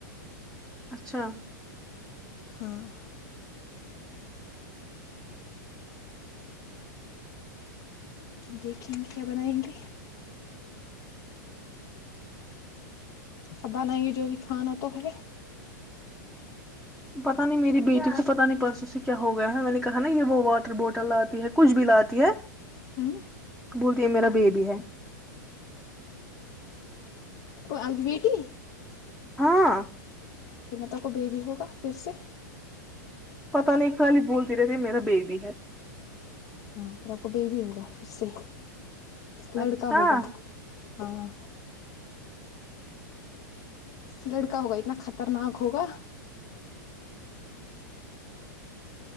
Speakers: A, in the centre; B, on the left.
A: اچھا
B: ہاں دیکھیں گے کیا بنائیں گے ا بنائیں گے جو بھی کھانا تو ہے
A: پتا نہیں میری بیٹی کو پتا نہیں پرسوں سے کیا ہو گیا ہے میں نے کہا نا یہ وہ واٹر بوٹل لاتی ہے کچھ بھی لاتی ہے
B: ہ
A: بولتی ہے میرا بیبی ہے
B: کو آ کی بیٹی
A: ہاں
B: پھر میں ت کو بیےبی ہوگا پھر سے
A: پتا نہیں خالی بولتی رہتی میرا بیگ بھی ہے
B: ہاں پھر آپ کو ب بھی ہوگا پھر سے لڑکا
A: اچھا
B: ہوگا ہاں س لڑک ہوگا اتنا خطرناک ہوگا